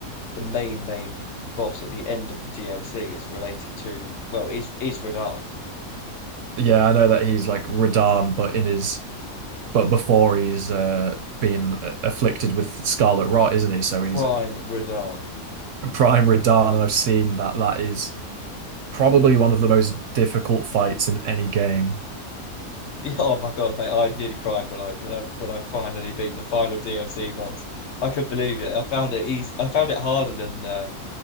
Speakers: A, on the left; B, on the right.
A: the main main boss at the end of the DLC is related to well is is Radahn
B: Yeah, I know that he's like Radan, but in his but before he's uh been a- afflicted with scarlet rot, isn't he? So he's
A: prime Radahn
B: prime Radan, and I've seen that that is probably one of the most difficult fights in any game.
A: <laughs> Yeah, Oh my God, mate! I nearly cried when I when I when I finally beat the final DLC boss. I couldn't believe it. I found it easy. I found it harder than uh,